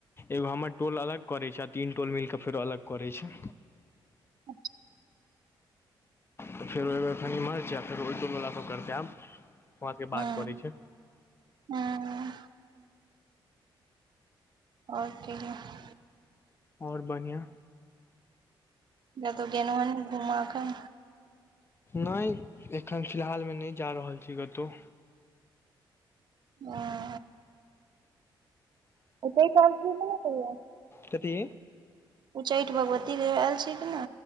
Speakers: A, on the left; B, on the right.
A: एगो हमर टोल अलग करै छै आ तीन टोल मिल के फेरो अलग करै छै।
B: अच्छा
A: तऽ फेर ओइ बेर अखनि इमहर छै आ फेर ओय टोल बला सब करतै आब। हमरा सबके
B: हँ
A: बात करै छै
B: हाँ <inaudible> और कहियौह।
A: और बढ़ियां।
B: कतौ गेलौं हें नै घूमा कऽ?
A: नै एखन फिलहाल मे नै जा रहल छी कतौ।
B: अ ओ त अइ साल <unintelligible>
A: कथी?
B: उच्चैठ भगवती कहियो आएल छियै कि नै?